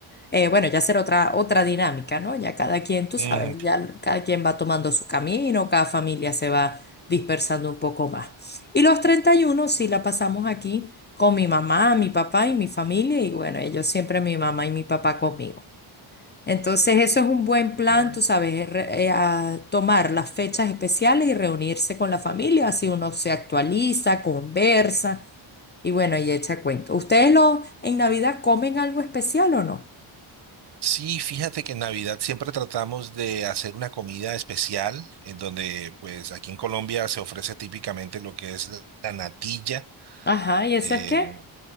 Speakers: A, on the left (about 25°); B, on the right (about 55°).
A: eh, bueno, ya será otra, otra dinámica, ¿no? Ya cada quien, tú
B: ujú.
A: sabes, ya cada quien va tomando su camino, cada familia se va dispersando un poco más. Y los 31 sí la pasamos aquí con mi mamá, mi papá y mi familia, y bueno, ellos siempre mi mamá y mi papá conmigo. Entonces eso es un buen plan,
B: Qué bueno.
A: tú sabes, es re- eh, a tomar las fechas especiales y reunirse con la familia, así uno se actualiza, conversa y bueno, y echa cuento. ¿Ustedes lo, en Navidad comen algo especial o no?
B: Sí, fíjate que en Navidad siempre tratamos de hacer una comida especial, en donde pues aquí en Colombia se ofrece típicamente lo que es la natilla.
A: Ajá, ¿y eso
B: Eh,
A: es qué?